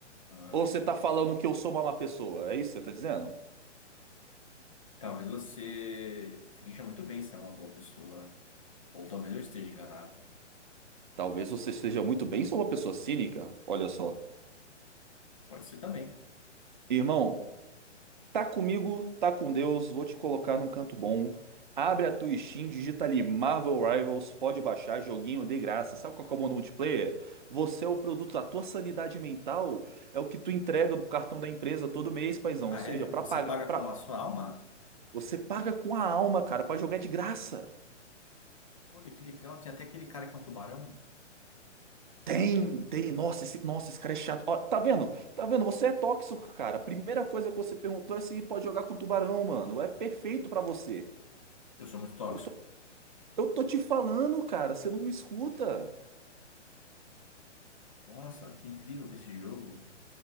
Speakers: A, on the left (about 30°); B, on the right (about 40°).
A: Ah,
B: Ou
A: entendi.
B: você tá falando que eu sou uma má pessoa? É isso que você tá dizendo?
A: Talvez você finja muito bem ser uma boa pessoa. Ou talvez eu esteja enganado.
B: Talvez você seja muito bem, sou uma pessoa cínica. Olha só.
A: Pode ser também.
B: Irmão, Tá comigo, tá com Deus, vou te colocar num canto bom. Abre a tua Steam, digita ali Marvel Rivals, pode baixar, joguinho de graça. Sabe qual que é o modo multiplayer? Você é o produto, a tua sanidade mental é o que tu entrega do cartão da empresa todo mês, paizão.
A: Ah,
B: Ou seja,
A: é?
B: pra
A: Você
B: pagar,
A: paga
B: pra...
A: com a sua alma?
B: você paga com a alma, cara, pra jogar de graça.
A: Olha, que legal. Tem até aquele cara que é um tubarão.
B: Tem, tem, nossa, esse, nossa, esse cara é chato. Ó, tá vendo? Tá vendo? Você é tóxico, cara. A primeira coisa que você perguntou é se pode jogar com tubarão, mano. É perfeito pra você.
A: Eu sou muito tóxico.
B: Eu Eu tô te falando, cara, você não me escuta.
A: Nossa, que incrível que é esse jogo.